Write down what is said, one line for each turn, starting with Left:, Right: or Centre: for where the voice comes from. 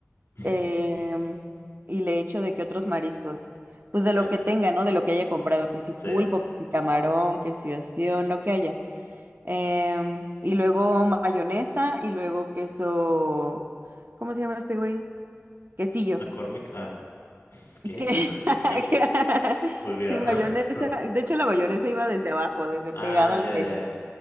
Left: <laughs>
Right: em, y le echo de que otros mariscos, pues de
Left: Ya,
Right: lo que tenga, ¿no? De lo que haya comprado, que si pulpo,
Left: sí.
Right: que si camarón, que si ostión, lo que haya. Em, y luego mayonesa y luego queso, ¿cómo se llama este güey? Quesillo.
Left: McCormick, ah, ¿qué?
Right: Que- <laughs>
Left: ¿Qué? Olvídalo.
Right: Sí, mayonesa.
Left: <laughs> No.
Right: De hecho, la mayonesa iba desde abajo, desde
Left: Ah,
Right: pegada al
Left: ya,
Right: pez.
Left: ya, ya.